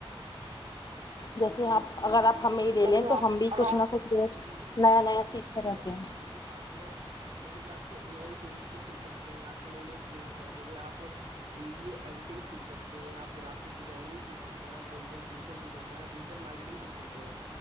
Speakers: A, on the left; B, on the right.
A: جیسے آپ اگر آپ ہمیں
B: جی
A: لے
B: جیسے
A: لیں
B: کہ
A: تو ہم بھی کچھ نہ کچھ روز
B: جی دیکھیے میں آپ
A: نیا
B: کو
A: نیا
B: ایک
A: سیکھتے
B: چیز اور
A: رہتے
B: بتاتا
A: ہیں
B: ہوں دیکھیے ساتھ میں جیسے کہ آپ کو اے آئی ٹولس کو سیکھ سکتے ہیں آپ جو نئی نئی اسکیلس ہیں جیسے آپ ویڈیو ایڈیٹنگ سیکھ سکتے ہیں آپ گرافک ڈیزائنگ سیکھ سکتے ہیں آپ کانٹینٹ کریشن سیکھ یا ڈیجیٹل مارکیٹنگ سیکھ سکتے ہیں